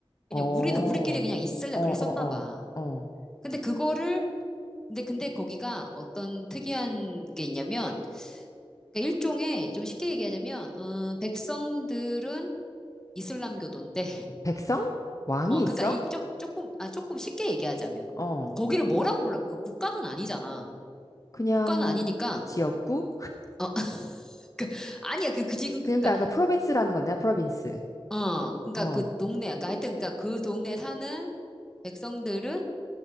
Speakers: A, in the centre; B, on the left.
A: 그냥
B: 어, 어,
A: 우리는 우리끼리 그냥 있을래
B: 어,
A: 그랬었나
B: 어,
A: 봐
B: 어.
A: 근데 그거를 근데 근데 거기가 어떤 특이한 게 있냐면 그러니까 일종의 좀 쉽게 얘기하자면 어, 백성들은 이슬람교도인데
B: 백성? 왕이
A: 어,
B: 있어?
A: 그러니까 이, 좀 조금 아 조금 쉽게 얘기하자면
B: 어,
A: 거기를 뭐라고 불러? 그 국가는 아니잖아.
B: 그냥
A: 국가는 아니니까
B: 지역구?
A: 어, <laughs> 그 아니야 그, 그 지금
B: 그러니까
A: 그, 그니까
B: 아까 프로빈스라는 거냐, 프로빈스.
A: 어, 그니까
B: 어,
A: 그 동네 그니까 하여튼 그니까 그 동네 사는 백성들은